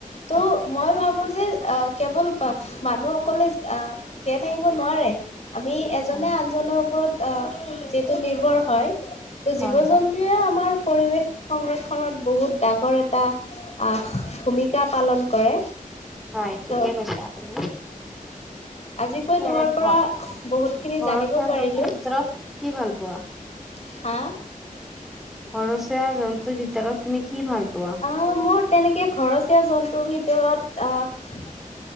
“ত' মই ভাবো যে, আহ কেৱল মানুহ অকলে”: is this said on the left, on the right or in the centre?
Left